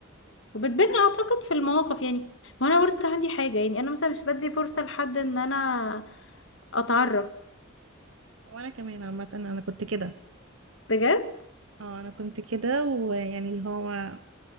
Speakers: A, on the left; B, on the right.
A: وبتبان اعتقد في المواقف يعني وانا برضه عندي حاجه يعني انا مثلا مش بدي فرصه لحد ان انا اتعرف
B: وانا كمان عامة انا كنت كده
A: بجد
B: اه انا كنت كده ويعني اللي هو